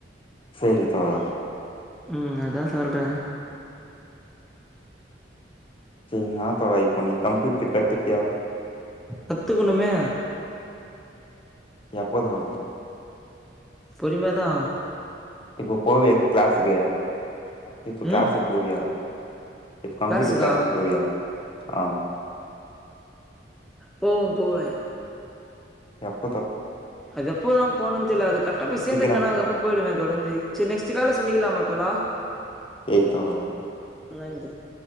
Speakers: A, on the left; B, in the centre.
A: சேரி தோழா
B: ம் அதா சொல்றே
A: சேரி நா தோழா இப்போ நீ கம்ப்யூட்டரு கத்துப்பியா
B: கத்துக்கணுமே
A: எப்போ தோழா
B: பொறுமையா தா
A: இப்போ போவியே கிளாஸுக்கு இப்போ க்ளாஸுக்
B: ம்
A: போவியா இப்ப கம்ப்யூட்டர்
B: கிளாஸுக்கா
A: கிளாஸுக்கு போவியா அ
B: போவே போவே
A: எப்
B: அது எப்போதா போணும்னு தெர்ல அது கரெட்டா போயி சேந்துட்டேனா
A: சீக்கிரம் போ
B: அதுக்கப்புறம்
A: தோழா
B: போயிடுவே தொடர்ந்து சேரி நெக்ஸ்டு கால்ல சந்திக்கலாமா தோழா
A: எய்த்து வாங்குனா
B: நன்றிங்க